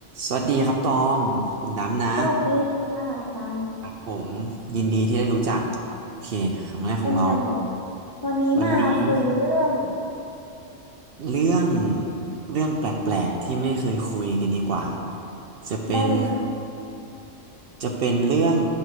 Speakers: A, on the right; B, on the left.
A: สวัสดีครับตอง ผมดำนะ
B: สวัสดีค่ะตาม
A: ครับผมยินดีที่ได้รู้จักโอเคครั้งแรกของเรา
B: เช่นกันเลยวันนี้มาคุยเรื่อง
A: วันนี้เรื่องเรื่องแปลกๆที่ไม่เคยคุยกันดีกว่าจะเป็น
B: ได้เลยค่ะ
A: จะเป็นเรื่อง